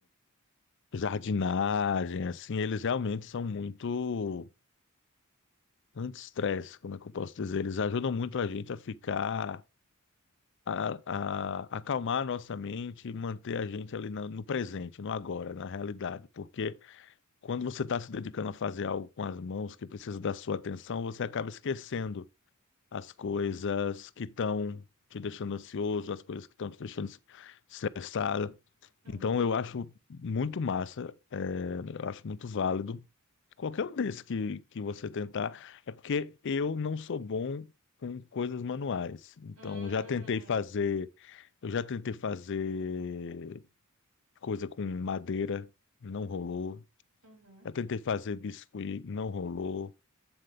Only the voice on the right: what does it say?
Uhum.
Hum,
uhum.